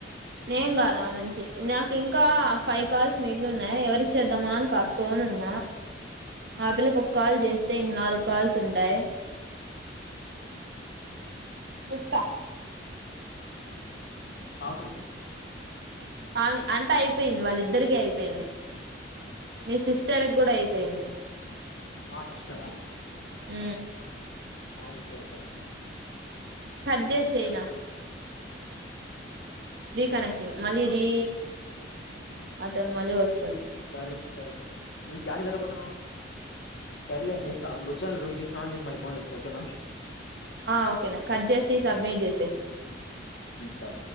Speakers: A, on the right; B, on the left.
A: నేం కాదా ఆ మనిషి నాకు ఇంకా ఫైవ్ కాల్స్ మిగిలిన్నాయి ఎవరిచ్చద్దామా అని కాస్ ఫన్న్నా ఆ పిల్లకి ఒక కాల్ చేస్తే ఇంక నాలుగు కాల్ చుంటాయి చుస్త
B: అవుడి
A: ఫమి అంతా అయిపోయింది వాళ్ళిద్దరిక అయిపోయింది మీ సిస్టర్కి కూడా అయిపోయింది
B: మాసిస్తార
A: ఆ
B: మాదిస్ చ అ
A: సర్జస్ట్ చేయినా రీకనెక్టింగ్ మళ్ళీ రీ ఆటమ్ మళ్ళీ వస్తుంది
B: సరే సరే ను నికి గట్టపోతున్నావు సరేలేదు నేను కూర్చాను రూమ్కి స్నాన చేసి మళ్ళీ ఫోన్ చేస్తాను ఓకేనా
A: ఆ ఓకేనా కట్ చేసి సబ్మిట్ చేసేయ్
B: సరే